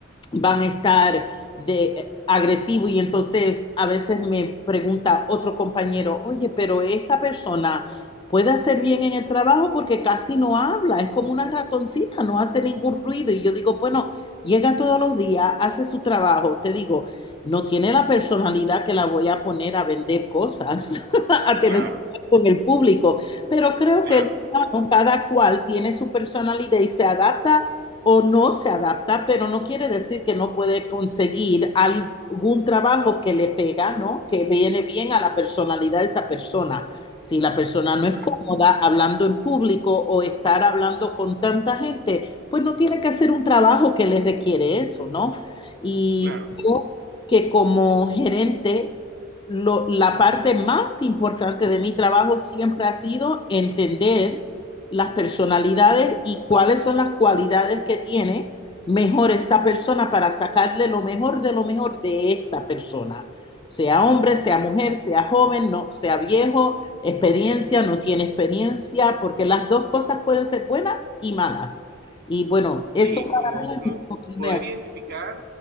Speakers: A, on the left; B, on the right.
A: van a estar de agresivo y entonces a veces me pregunta otro compañero, oye, pero esta persona puede hacer bien en el trabajo porque casi no habla, es como una ratoncita, no hace ningún ruido. Y yo digo, bueno, llega todos los días, hace su trabajo, te digo, no tiene la personalidad que la voy a poner a vender cosas, <laughs> a tener
B: claro,
A: que hablar con el público, pero creo
B: claro,
A: que el humano, cada cual tiene su personalidad y se adapta o no se adapta, pero no quiere decir que no puede conseguir algún trabajo que le pega, ¿no? Que viene bien a la personalidad de esa persona. Si la persona no es
B: claro,
A: cómoda hablando en público o estar hablando con tanta gente, pues no tiene que hacer un trabajo que le requiere eso, ¿no? Y
B: claro.
A: creo que como gerente, lo- la parte más importante de mi trabajo siempre ha sido entender las personalidades y cuáles son las cualidades que tiene mejor esta persona para sacarle lo mejor de lo mejor de esta persona sea hombre, sea mujer, sea joven, no, sea viejo, experiencia, no tiene experiencia, porque las dos cosas pueden ser buenas y malas. Y bueno, eso
B: Sí,
A: para
B: como,
A: mí es
B: como
A: lo primero.
B: poder identificar,